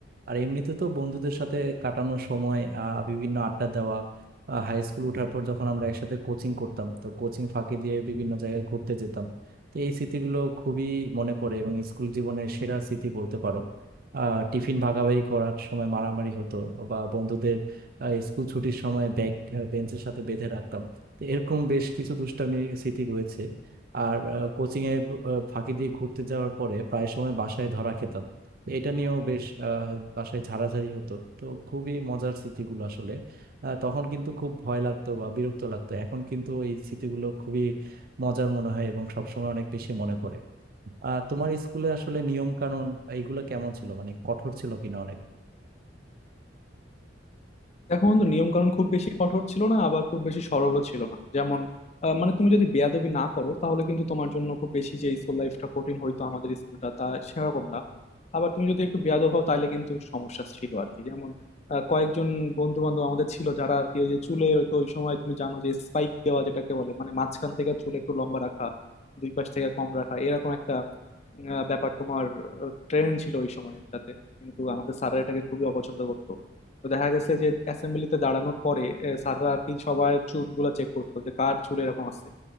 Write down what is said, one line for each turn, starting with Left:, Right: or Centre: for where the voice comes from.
Right: আর এমনিতে তো বন্ধুদের সাথে কাটানোর সময় আহ, বিভিন্ন আড্ডা দেওয়া হাই স্কুল ওঠার পর যখন আমরা একসাথে কোচিং করতাম তো কোচিং ফাঁকি দিয়ে বিভিন্ন জায়গায় ঘুরতে যেতাম তো এই স্মৃতিগুলো খুবই মনে পড়ে এবং স্কুল জীবনের সেরা স্মৃতি বলতে পারো আহ টিফিন ভাগাভাগি করার সময় মারামারি হতো বা বন্ধুদের আহ, স্কুল ছুটির সময় ব্যাগ বেঞ্চের সাথে বেঁধে রাখতাম তো এরকম বেশ কিছু দুষ্টামির স্মৃতি রয়েছে আর কোচিং এ ঘু- আহ, ফাঁকি দিয়ে ঘুরতে যাওয়ার পরে প্রায় সময় বাসায় ধরা খেতাম এটা নিয়েও বেশ আহ, বাসায় ঝাড়াঝাড়ি হতো তো খুবই মজার স্মৃতিগুলো আসলে আহ, তখন কিন্তু খুব ভয় লাগতো বা বিরক্ত লাগতো এখন কিন্তু এই স্মৃতিগুলো খুবই মজার মনে হয় এবং সবসময় অনেক বেশি মনে পড়ে আহ তোমার স্কুলে আসলে নিয়ম কানুন এইগুলো কেমন ছিল মানে কঠোর ছিল কিনা অনেক
Left: দেখো বন্ধু নিয়ম কানুন খুব বেশি কঠোর ছিল না আবার খুব বেশি সরলও ছিল না যেমন আহ, মানে তুমি যদি বেয়াদবি না করো তাহলে কিন্তু তোমার জন্য খুব বেশি যে স্কুল লাইফটা কঠিন হইতো আমাদের স্কুলটা তা সেরকম না আবার তুমি যদি একটু বেয়াদব হও তাহলে কিন্তু সমস্যা ছিল আর কি যেমন আহ, কয়েকজন বন্ধু বান্ধব আমাদের ছিল যারা আর কি ওই যে চুলে তো ওই সময় তুমি জানো যে স্পাইক দেওয়া যেটাকে বলে মানে মাঝখান থেকে চুল একটু লম্বা রাখা দুই পাশ থেকে কম রাখা এরকম একটা আহ, ব্যাপার তোমার ট্রেন্ড ছিল ওই সময়টাতে কিন্তু আমাদের স্যাররা এটাকে খুবই অপছন্দ করতো তো দেখা গেছে যে অ্যাসেম্বলিতে দাঁড়ানোর পরে আহ, স্যাররা আর কি সবার চুলগুলো চেক করতো যে কার চুল এরকম আছে